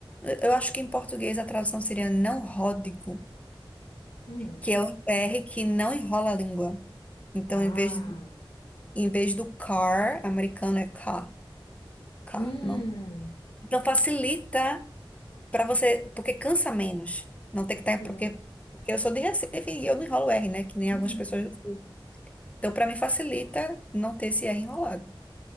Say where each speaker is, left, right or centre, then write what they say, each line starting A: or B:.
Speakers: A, on the left; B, on the left.
A: Eu acho que em português a tradução seria não ródico,
B: Hum.
A: que é o R que não enrola a língua. Então,
B: Ah,
A: em vez, de- em vez do car, americano é car, car,
B: hum.
A: não Então facilita para você, porque cansa menos. Não tem que estar,
B: Sim.
A: porque, porque eu sou de Recife e eu não enrolo R, né? Que nem
B: <laughs>
A: algumas pessoas do Sul. Então, para mim, facilita não ter esse R enrolado.